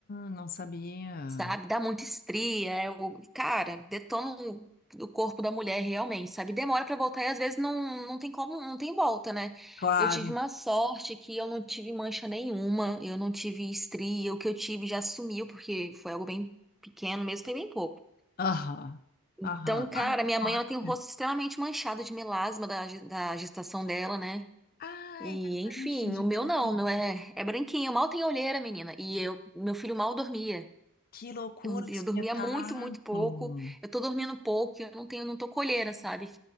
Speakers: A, on the left; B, in the centre.
A: não sabia.
B: sabe? Dá muita estria, é o, cara, detona o, o corpo da mulher realmente, sabe? Demora pra voltar e às vezes não, não tem como, não tem volta, né?
A: Claro.
B: Eu tive uma sorte que eu não tive mancha nenhuma, eu não tive estria, o que eu tive já sumiu, porque foi algo bem pequeno mesmo, foi bem pouco.
A: Aham.
B: Então,
A: Aham.
B: cara,
A: Ai, que
B: minha
A: forte.
B: mãe, ela tem o rosto extremamente manchado de melasma da, ge- da gestação dela, né?
A: Ah,
B: E,
A: é verdade.
B: enfim,
A: Tem gente
B: o meu não,
A: que.
B: o meu é, é branquinho, mal tem olheira, menina. E eu, meu filho mal dormia.
A: Que loucura,
B: Eu,
A: que
B: eu
A: espetáculo.
B: dormia muito, muito pouco. Eu tô dormindo pouco, e eu não tenho, não tô colheira, sabe?